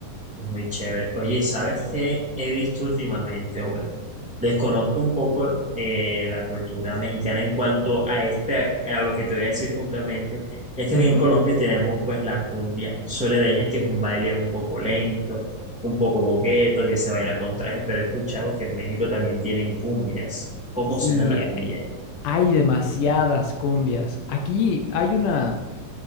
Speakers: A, in the centre; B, on the left.
A: Es muy chévere. Oye, ¿sabes qué he visto últimamente? Bueno, desconozco un poco eh, la cultura mexicana en cuanto a este, a lo que te voy a decir puntualmente. Es que
B: Ujú.
A: aquí en Colombia tenemos pues la cumbia soledeña, que es un baile un poco lento, un poco boqueto, que se baila con traje, pero he escuchado que en México también tienen cumbias. ¿Cómo
B: Sí,
A: suena la cumbia?
B: hay, hay demasiadas cumbias. Aquí hay una.